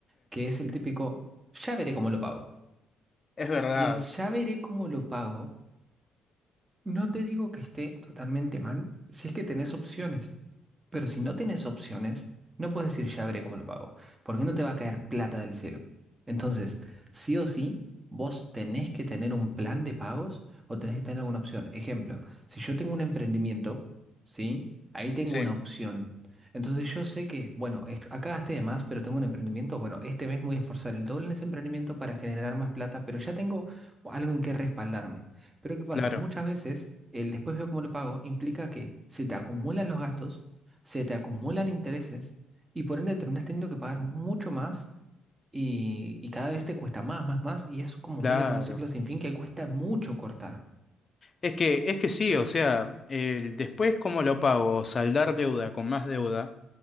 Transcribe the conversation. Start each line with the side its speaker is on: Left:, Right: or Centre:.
Right: que es el típico, ya veré cómo lo pago.
Left: es verdad.
Right: Y el ya veré cómo lo pago. No te digo que esté totalmente mal si es que tenés opciones, pero si no tenés opciones, no puedes decir ya veré cómo lo pago, porque no te va a caer plata del cielo. Entonces, sí o sí, vos tenés que tener un plan de pagos o tenés que tener alguna opción. Ejemplo, si yo tengo un emprendimiento, ¿sí? Ahí tengo
Left: Sí,
Right: una opción. Entonces yo sé que, bueno, est- acá gasté de más, pero tengo un emprendimiento, bueno, este mes me voy a esforzar el doble en ese emprendimiento para generar más plata, pero ya tengo algo en qué respaldarme. Pero ¿qué pasa?
Left: claro,
Right: Muchas veces el después veo cómo lo pago implica que se te acumulan los gastos, se te acumulan intereses y por ende terminas teniendo que pagar mucho más y, y cada vez te cuesta más, más, más y es como
Left: claro.
Right: medio que un ciclo sin fin que cuesta mucho cortar.
Left: Es que, es que sí, o sea, el, después cómo lo pago, saldar deuda con más deuda,